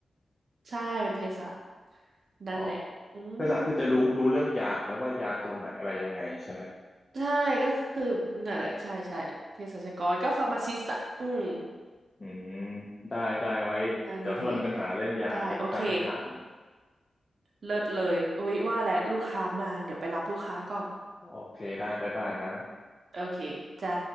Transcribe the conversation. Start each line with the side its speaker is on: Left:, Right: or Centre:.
Right: ใช่เป็นเภสัชนั่นแหละอื
Left: อ๋อ ภาษาคือจะรู้รู้เรื่องยามแล้วว่ายาตัวไหนอะไรยังไงใช่ไหม
Right: มใช่ก็คือนั่นแหละใช่ใช่เภสัชกรก็ฟาร์มาซิสต์อะอืม
Left: อืม ได้ได้ไว้เดี๋ยวถ้าเรามีปัญหาเรื่องยาเราจะทักไปถาม
Right: นั่นแหละได้โอเค เลิศเลยอุ้ยว่าแหละลูกค้ามาเดี๋ยวไปรับลูกค้าก่อน
Left: โอเคได้บ๊ายบายนะ
Right: โอเคจ้า